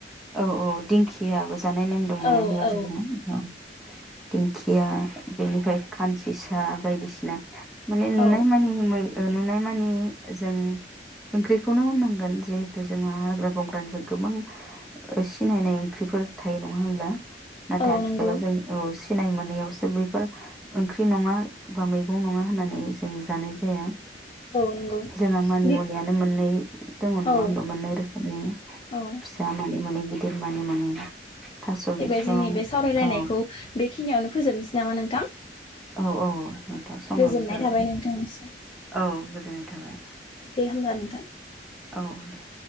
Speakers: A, in the centre; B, on the left (about 30°).
A: औ औ दिंखियाबो जानाय नेम दं नङा
B: औ
A: होनबला
B: औ
A: जोंहा औ दिंखिया बेनिफ्राय खानसिसा बायदिसिना माने नुनाय
B: औ
A: मानि नुनाय मानि जों ओंख्रिखौनो होननांगोन जिहेथु जोंहा हाग्रा बंग्रानिफ्राय गोबां सिनायनाय ओंख्रिफोर थायो नङा होनब्ला नथाय
B: औ
A: आथिखालाव
B: नंगौ
A: जों सिनाय मोनैयावसो बैफोर ओंख्रि नङा बा मैगं नङा होननानै जों जानाय जाया
B: औ नंगौ
A: जोंहा मानि
B: बि
A: मुनियानो मोननै दङ नङा
B: औ
A: होमा मोननै रोखोमनि
B: औ
A: फिसा मोन मोने गिदिर मानि मुनि
B: जाहैबाय
A: बिसं
B: जोंनि बे सावरायलायनायखौ
A: औ
B: बे खिनियावनो फोजोबनोसै नामा नोंथां
A: औ औ नोंथां समाबो
B: गोजोननाय
A: जाबाय
B: थाबाय नोंथांसिम
A: औ गोजोननाय थाबाय
B: दे होमब्ला नोंथां।
A: औ दे